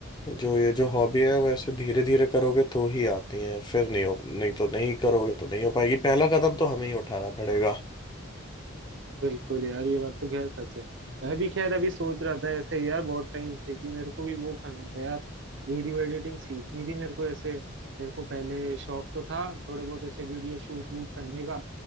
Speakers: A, on the left; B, on the right.
A: जो ये जो हॉबी है वो ऐसे धीरे धीरे करोगे तो ही आती है फिर नहीं हो नहीं तो नहीं करोगे तो नहीं हो पाएगी पहला कदम तो हमें ही उठाना पड़ेगा
B: बिल्कुल यार ये बात तो खैर सच है मैं भी खैर अभी सोच रहा था ऐसे यार बहुत टाइम से कि मेरे को भी वो करना था यार वीडियो एडिटिंग सीखनी थी मेरे को ऐसे मेरे को पहले शौक तो था थोड़े बहुत ऐसे वीडियो शूट वूट करने का